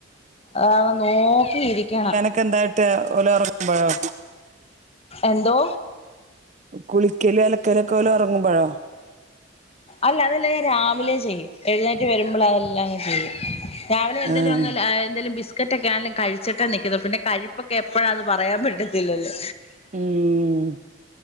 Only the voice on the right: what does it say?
ഒക്കെ എന്തായിട്ട് ഓല് ഉറങ്ങുമ്പൊഴോ
കുളിക്കല് അലക്കലൊക്കെ ഓല് ഉറങ്ങുമ്പോഴോ
ആഹ്
ഉം